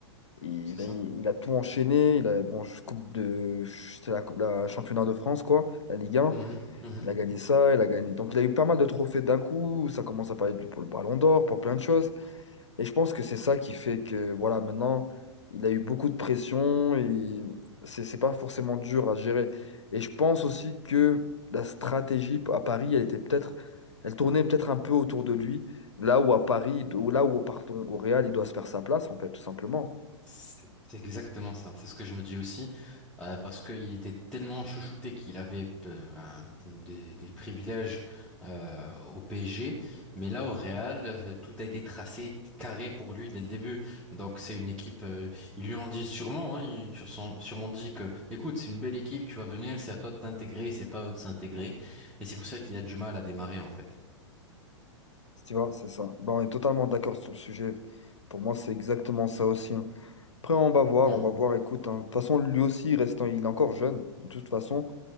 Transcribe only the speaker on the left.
Il
a, il a tout enchaîné. Il a, bon, je- coupe de. C'était la, la championnat de France, quoi. La Ligue 1.
Il a gagné ça. Il a gagné. Donc, il a eu pas mal de trophées d'un coup. Ça commence à parler de lui pour le Ballon d'Or, pour plein de choses. Et je pense que c'est ça qui fait que, voilà, maintenant, il a eu beaucoup de pression et c'est c'est pas forcément dur à gérer. Et je pense aussi que la stratégie à Paris, elle était peut-être, elle tournait peut-être un peu autour de lui, là où à Paris, ou là où, pardon, au Real, il doit se faire sa place, en fait, tout simplement.
Tu vois, c'est ça. Ben, on est totalement d'accord sur le sujet. Pour moi, c'est exactement ça aussi. hein. Après, on va voir,
on va voir, écoute, hein. De toute façon, lui aussi, restant, il est encore jeune. De toute façon,